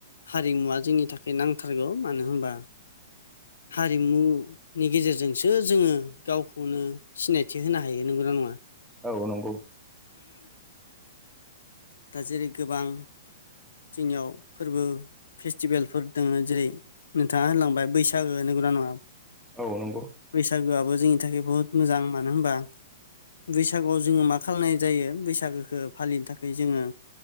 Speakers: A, on the left (about 70°); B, in the centre.
A: हारिमुवा जोंनि थाखाय नांथारगौ मानो होनबा हारिमु नि गेजेरजोंसो जोङो गावखौनो सिनायथि होनो हायो नंगौना नङा
B: औ नंगौ
A: दा जेरै गोबां जोंनियाव फोरबो फेस्टिभेलफोर दोङो जेरै नोंथाङा होनलांबाय बैसागो नोंगोना नोङा
B: औ नंगौ
A: बैसागोआबो जोंनि थाखाय बुहुत मोजां मानो होनबा बैसागुआव जोङो मा खालामनाय जायो बैसागोखौ फालिनो थाखाय जोङो